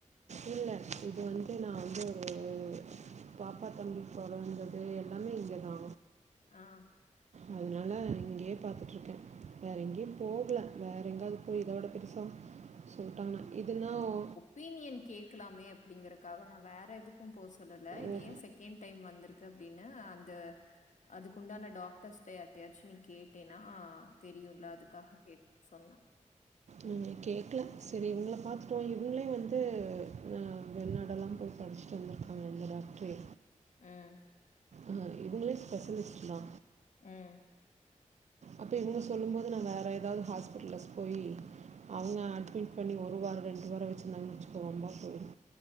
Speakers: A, on the right (about 60°); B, on the left (about 70°).
A: இல்ல இது வந்து நா வந்து ஒரு பாப்பா தம்பி பொறந்தது எல்லாமே இங்கேதா
B: ஆ
A: அதுனால இங்கேயே பாத்துட்ருக்கே வேற எங்கயு போகல வேற எங்கயாவது போய் இதோட பெருசா சொல்ட்டாங்கன்னா இதுன்னா ஓ
B: வீனியன் கேக்கலாமே அப்டிங்குறக்காக நா வேற எதுக்கும் போ சொல்லல இது
A: ஓ
B: ஏ செகெண்ட் டைம் வந்துருக் க்கு அப்டின்னு அந்த அதுக்குண்டான டாக்டர்ஸ்ட்ட யார்ட்டாச்சு நீ கேட்டேன்னா தெரியும்ல அதுக்காக கேட் சொன்னா
A: நீங்க கேக்கல செரி இவுங்கள பாத்துட்டுவோ இவுங்களே வந்து ந வெளிநாடெல்லாம் போய் படிச்சு தந்திருக்காங்க இந்த டாக்ட்ரே
B: அ
A: ஆ இவுங்களே ஸ்பெஷலிஸ்டுதா
B: ம்
A: அப்ப இவுங்க சொல்லும் போது நா வேற எதாவது ஹாஸ்பிட்டலஸ் போயி அவுங்க அட்மிட் பண்ணி ஒரு வாரோ ரெண்டு வாரோ வச்சுருந்தாங்கன்னு வச்சுக்கோங்க வம்பா போயிடு